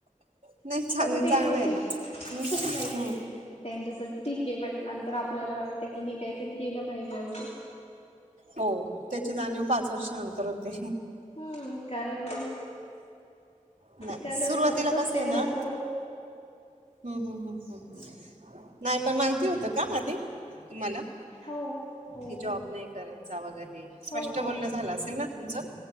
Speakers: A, on the right; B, on the left.
A: नाही चांग
B: पण
A: चांगलं
B: ते माहिती
A: आहे ना हम्.
B: नाही. त्यांच्यासाठी ठीक आहे बट नंतर आपल्याला वाटत की नाहीी काहीतरी केलं पाहिजे असं.
A: हो त्याची जाणीव पाच वर्ष. ंतर होते.
B: हम्म कारण
A: नाही
B: कारण
A: सुरुवातीला
B: फक्तच
A: कसं
B: तेवढा
A: आहे ना.
B: करून
A: हम् हम् हम् हम् नाही पण माहिती होतं का आ ते तुम्हाला.
B: हो. हो.
A: कि जॉब नाही करायचा वगैरे स्पष्ट
B: हो हो
A: बोलणं
B: हो
A: झालं असेल ना तुमचं.